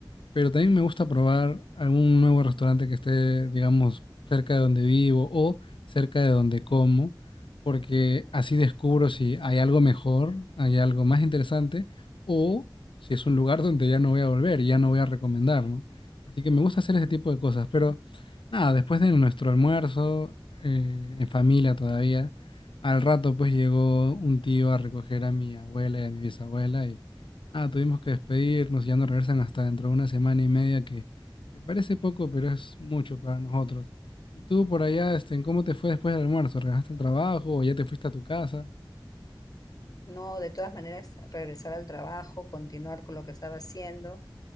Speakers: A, on the left (about 85°); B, on the left (about 50°).
A: Pero también me gusta probar algún nuevo restaurante que esté, digamos, cerca de donde vivo o cerca de donde como, porque así descubro si hay algo mejor, hay algo más interesante o si es un lugar donde ya no voy a volver y ya no voy a recomendar, ¿no? Así que me gusta hacer ese tipo de cosas, pero nada, después de nuestro almuerzo, eh, en familia todavía, al rato pues llegó un tío a recoger a mi abuela y a mi bisabuela y Ah, tuvimos que despedirnos, ya no regresan hasta dentro de una semana y media, que, que parece poco, pero es mucho para nosotros. ¿Y tú por allá, este, cómo te fue después del almuerzo? ¿Regresaste al trabajo o ya te fuiste a tu casa?
B: No, de todas maneras, regresar al trabajo, continuar con lo que estaba haciendo